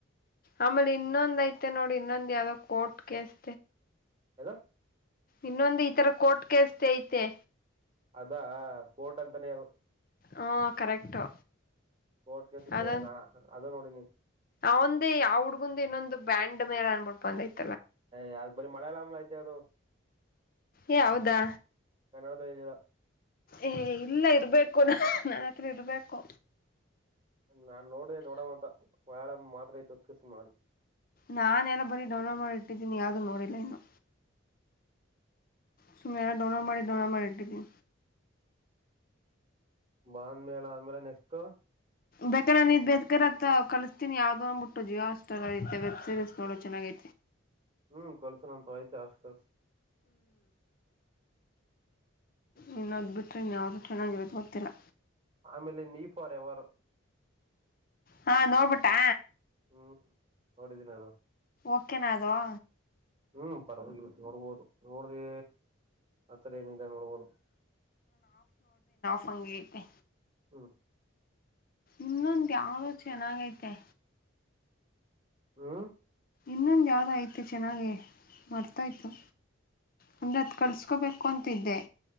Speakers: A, on the left; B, on the right.
A: ಆಮೇಲೆ ಇನ್ನೊಂದ್ ಐತೆ ನೋಡ್ರಿ ಇನ್ನೊಂದ್ ಯಾವ್ದೋ ಕೋರ್ಟ್ ಕಸ್
B: ಹದ
A: ಇನ್ನೊಂದು ಈ ತರ ಕೋರ್ಟ್ ಕಸ್ ಐತೆ
B: ಅದಾ ಕೋಟ್ ಅಂತಾನೇ ಅದು
A: ಹಾ ಕರೆಕ್ಟಾ
B: ಕೋರ್ಟ್ ಕೇಸು
A: ಅದ
B: ಕೋರ್ಟ್ ಅದು ನೋಡಿನಿ
A: ಅವಂದೇ ಯಾವ ಹುಡ್ಗಂದ ಇನ್ನೊಂದು ಬ್ಯಾಂಡ್ ಮೇಲೆ ಅನ್ಬುಡ್ಾ
B: ಯಾವ್ದ ಬರಿೀ ಮಳೆ ಎಲ್ಲಾಮ್ಲ ಐತೆ ಅದು
A: ಏ ಹೌದಾ
B: ನದೀರಾ
A: ಏ ಇಲ್ಲ ಇರ್ಬೇಕು ನನ್ನ ಹತ್ರ ಇರ್ಬೇಕು
B: ನಾನ್ ನೋಡ್ದ ನೋಡವ ಅಂತ ವಯಳ ಮಾತ್ರ ಐತಕಸ ಮಾಡಿ
A: ನಾನೆಲ್ಲ ಬರೀ ಡೌನ್ಲೋಡ್ ಮಾಡಿ ಇಟ್ಟಿದ್ದೀನಿ ಯಾಾವ್ದೂ ನೋಡಿಲ್ಲ ಇನ್ನು ಸುಮಿಯಾ ಡೋನ ಮಾಡ ದೊನ ಮಾಡಡಿಟಿದ್ದ
B: ಬಾಂದ್ ಮೇೇಳ ಆದ್ಮೇಲೆ ನೆಕ್ಸ್ಟ್
A: ಬೇಕ ನಾನ ಇದ್ ಬೇಕರ್ತ್ತ ಕಿಸಸ್ತೀಿ ಯಾವ್ದೋಂದ್ಬ ಬಿಟ್ಟು ಜಿಯೋ ಅಸ್ಐತೆ ವೆಬ್ ಸೀರಿಸೀ ನೋ ಚೆಾಗೈ
B: ಹೂ ಕಳಿಸು ನನ್ನತ್ರ ಆಯಿತೇ <unintelligible>
A: ಇನ್ನದ್ ಬಿಟ್ರೆ ಇನ್ಯಾದೂ ಚೆನ್ನಾಗಿರೋದು ಗೊತ್ತಿಲ್ಲ.
B: ಆಮೇಲೆ ನೀ ಫಾರ್ ಎವರ್
A: ಹಾ ನೋಡ್ಬಿಟ್ಟ
B: ಹ್ಮ್ ನೋಡಿದ್ದೀನಿ ನಾನು
A: ಓಕೆನಾ ಅದುವಾ
B: ಹ್ಮ್ ಪರವಾಗಿ ನೋಡ್ಬೋದು ನೋಡ್ದಿ ಅತ್ರೇ ನಿಧಾನೋಳಬರ
A: ಸಂಂಗೇತೆ
B: ಹ್ಮ
A: ಇನ್ನೊಂದು ಯಾವ್ ಚೆನ್ನಾಗೈತೆ.
B: ಹ್ಮ
A: ಇನ್ನೊಂದು ಯಾವುದೋ ಆಯ್ತು ಚೆನ್ನಾಗಿ ಮರೆತು ಹೋಯಿತು. ಅಂದರೆ ಅದು ಕಳ್ಸ್ಕೋಬೇಕು ಅಂತಿದ್ದೆ.